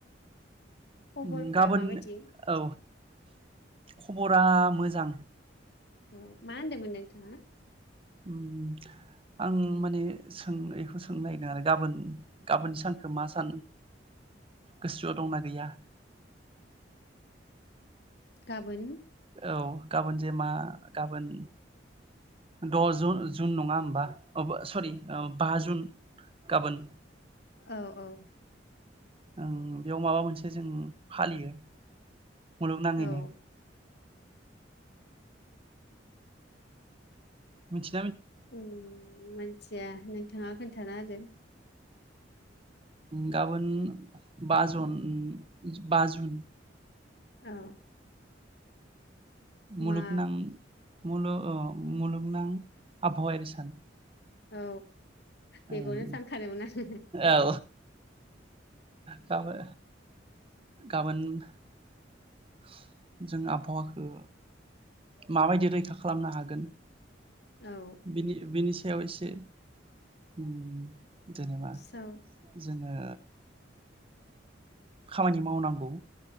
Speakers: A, on the left; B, on the right.
A: खबरफ्रा
B: उम गाबोन
A: माबायदि
B: औ खबरा मोजां
A: औ मा होनदोंमोन नोंथाङा
B: ओम आं माने सोंङैखौ सोंनो नागिरदों आरो गाबोन गाबोन सानखौ मा सान गोसोआव दंना गैया
A: गाबोन
B: औ गाबोन जे मा गाबोन द'ज जुन नङा होमबा अबो सरि बा जुन गाबोन
A: औ औ
B: ओं बेयाव माबा मोनसे जों फालियो मुलुग नाङैनो
A: औ
B: मिथि
A: अम मोनथिया नोंथांङा खोन्थाना होदो
B: गाबोन बा जन बा जुन
A: औ
B: मुलुगनां
A: मा
B: मु-मुलुगनां आबहावायारि सान
A: औ बेखौनो
B: ओं
A: सानखादोंमोन आंङो
B: औ गाबोन गाबोन <unintelligible> जों आबहावाखो माबायदि रैखा खालामनो हागोन
A: औ
B: बिनि बिनि सायाव इसे अम जेनेबा
A: सौ
B: जोंङो खामानि मावनांगौ